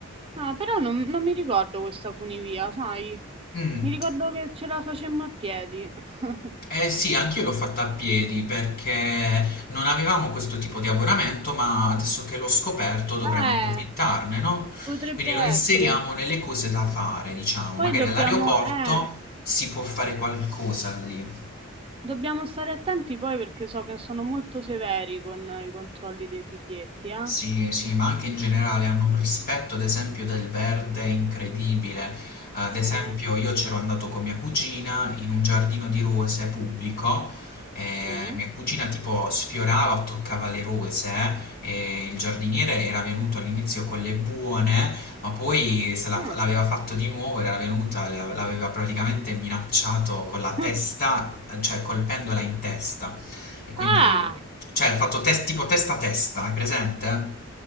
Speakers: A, on the right; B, on the left.
A: Ah, però non, non mi ricordo questa funivia, sai?
B: Mm.
A: Mi ricordo che ce la facemmo a piedi. <laughs>
B: Eh sì, anch'io l'ho fatta a piedi perché non avevamo questo tipo di abbonamento, ma adesso che l'ho scoperto dovremmo
A: Eh,
B: approfittarne, no?
A: potrebbe
B: Quindi
A: essere.
B: lo inseriamo nelle cose
A: Mm,
B: da
A: mm.
B: fare, diciamo.
A: Poi
B: Magari
A: dobbiamo,
B: all'aeroporto
A: eh,
B: si può fare qualcosa lì.
A: dobbiamo stare attenti poi perché so che sono molto severi con i controlli dei biglietti, eh?
B: Sì, sì, ma anche in generale hanno un rispetto, ad esempio, del verde incredibile. Eh, Ad
A: Mhm.
B: esempio, io c'ero andato con mia cugina in un giardino di rose pubblico. e
A: Mm.
B: mia cugina tipo sfiorava, toccava le rose eh, e il giardiniere era venuto all'inizio con le buone, ma poi se la-
A: Mm.
B: l'aveva fatto di nuovo, era venuta, le- l'aveva praticamente minacciato con la
A: <laughs>
B: testa, cioè colpendola in testa. E quindi
A: Ah!
B: cioè, hanno fatto test, tipo testa a testa, hai presente?